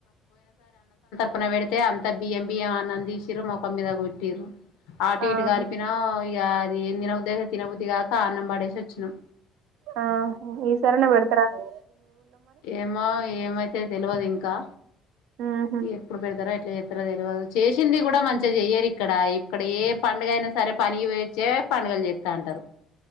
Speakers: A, on the left; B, on the right.
A: న పెడితే అంత బియ్యం బియ్యం అన్నం చేసిర్రూ, ముఖం మీద కొట్టిరు. ఆటు
B: ఆహా
A: ఇటు కలిపిన గా అది ఏం తిన బుద్ధియితది తినబుద్ధదిగాక అన్నం పడేసి వచ్చినాం.
B: ఆ ఈ సరన్న బెడతరానే
A: ఏమో ఏమైతే తెలియదు ఇం కా
B: ఉహు
A: ఎప్పుడు పెడతరో ఎప్ చేసింది కూడా మంచిగా చెయ్యరు ఇక్కడ ఇక్కడ ఏ పండుగ అయినా సరే పనికి పోయోచ్చే పండుగలు చేత్తా అంటారు